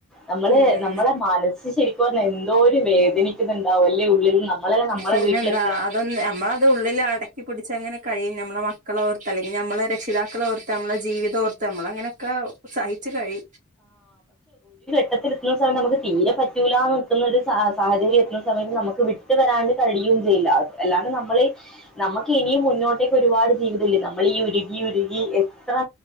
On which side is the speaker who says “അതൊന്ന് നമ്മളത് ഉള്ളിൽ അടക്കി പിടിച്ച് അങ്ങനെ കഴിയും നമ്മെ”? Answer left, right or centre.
Right